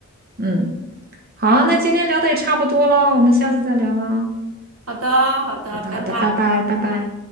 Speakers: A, on the right; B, on the right.
A: 嗯，好，那今天聊的也差不多了，我们下次再聊啦。
B: 好的好的，
A: 好的，
B: 拜拜。
A: 好的，拜拜，拜拜。